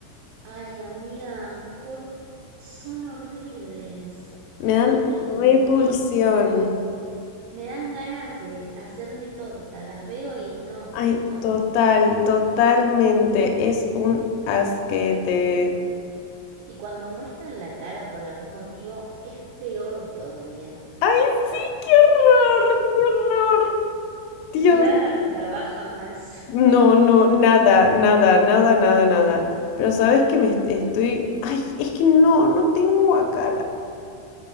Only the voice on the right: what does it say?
Ay, amiga, por... son horribles.
Horribles
son. Me dan ganas de hacerme torta. Las veo y no,
no.
Y cuando muestran la cara por algún motivo, es peor todavía.
<laughs> Nada me la baja más.